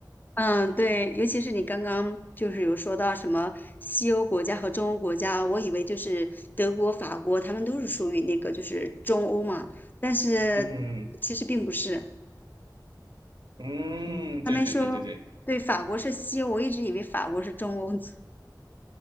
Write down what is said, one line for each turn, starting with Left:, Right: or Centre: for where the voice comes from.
Left: 嗯，对，尤其是你刚刚就是有说到什么西欧国家和中欧国家，我以为就是德国、法国，他们都是属于那个就是中欧嘛，但是其实并不是。
Right: <laughs> 嗯嗯，
Left: 他们说，
Right: 对对对对对，
Left: 对，法国是西欧，我一直以为法国是中欧，<laughs>